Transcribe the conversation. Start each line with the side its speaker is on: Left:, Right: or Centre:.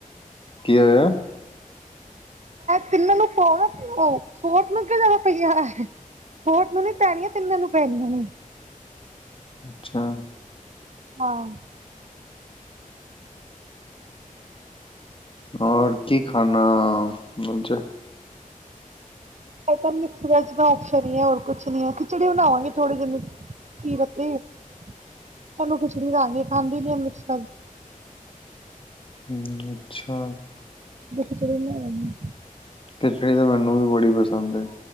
Left: ਕੀ ਹੋਇਆ।
Right: ਤਿੰਨ ਨੂ ਫੋਰ ਨੂੰ ਕਿ ਜ਼ਿਆਦਾ ਪਈਆਂ। ਹੋਟ ਨੂੰ ਨੀ ਪੈਣੀਆਂ ਤਿੰਨਾਂ ਨੂੰ ਪੈਣੀਆਂ ਨੇ।
Left: ਅੱਛਾ।
Right: ਹਾਂ।
Left: ਔਰ ਕੀ ਖਾਣਾ ਅੱਜ?
Right: ਏ ਤਾਂ ਮਿਕਸ ਵੇਜ ਦਾ ਔਪਸ਼ਨ ਈ ਐ ਹੋਰ ਕੁਛ ਨੀ ਐ ਖਿਚੜੀ ਬਣਾਵਾਂਗੀ ਥੋੜੇ ਜਿਨੀ ਕੀ ਲੱਤੇ ਤੁਹਾਨੂੰ ਖਿਚੜੀ ਰਲਾ ਕੇ ਖਾਂਦੀ ਨੀ ਆ ਮਿਕਸਰ
Left: ਹੂੰ, ਅੱਛਾ।
Right: ਖਿਚੜੀ ਬਨਾਲਾਗੀ।
Left: ਖਿਚੜੀ ਤਾਂ ਮੈਨੂੰ ਵੀ ਬੜੀ ਪਸੰਦ ਐ।